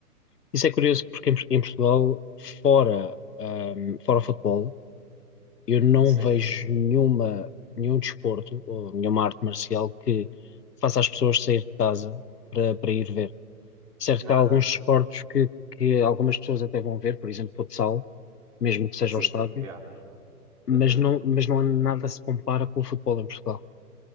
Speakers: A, on the left; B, on the right.
A: Isso é curioso porque em, Port- em Portugal, fora, ahm, fora o futebol, eu não
B: Sim,
A: vejo nenhuma, nenhum desporto ou nenhuma arte marcial que faça as pessoas sair de casa para, para ir ver. Certo
B: nada.
A: que há alguns desportos que, que algumas pessoas até vão ver, por exemplo, futsal, mesmo que seja
B: Sim,
A: ao estádio,
B: fu- yeah.
A: mas
B: Uhum.
A: não, mas não há nada se compara com o futebol em Portugal.